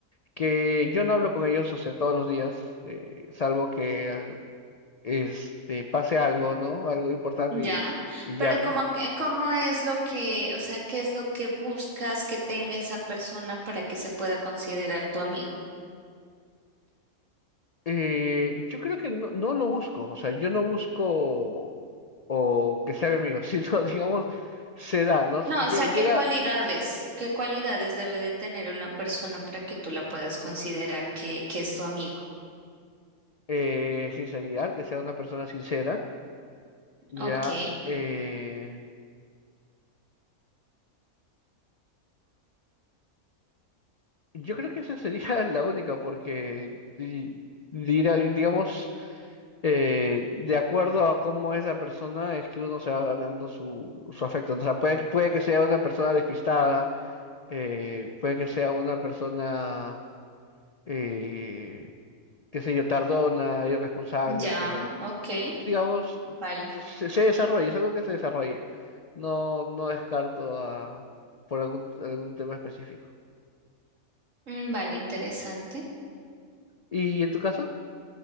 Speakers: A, on the left; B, on the right.
A: que yo no hablo con ellos, o sea, todos los días, eh, salvo que ah, este, pase algo, ¿no? Algo importante
B: ya.
A: y, y
B: Pero
A: llamen.
B: como, que- ¿cómo es lo que, o sea, qué es lo que buscas que tenga esa persona para que se pueda considerar tu amigo?
A: Eh, yo creo que no, no lo busco, o sea, yo no busco o que sea mi amigo, <laughs> sino, digamos, se da, ¿no? Lle-
B: No, o sea, ¿qué
A: Llega
B: cualidades, qué cualidades debe de tener una persona para que tú la puedas considerar que, que es tu amigo?
A: eh, sinceridad, que sea una persona sincera, ya.
B: Ok,
A: eh, Yo creo que esa sería <laughs> la única, porque di- dirá- digamos, eh, de acuerdo a cómo es la persona, es que uno se va ganando su, su afecto. ¿no? O sea, puede, que- puede que sea una persona despistada, eh, puede que sea una persona, eh, qué sé yo, tardona, irresponsable,
B: ya,
A: pero
B: ok,
A: digamos,
B: vale,
A: se, se desarrolla, es algo que se desarrolla. No, no descarto a, por algún, algún tema específico.
B: Mm, vale, interesante.
A: ¿Y en tu caso?